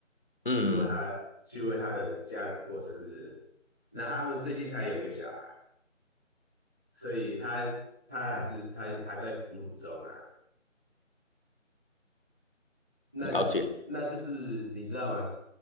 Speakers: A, on the left; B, in the centre.
A: 嗯，
B: 去过她去为她的家人过生日。那他们最近才有一个小孩，所以她她还是她还在哺乳中啊。那
A: 了解，
B: 那就是你知道吗？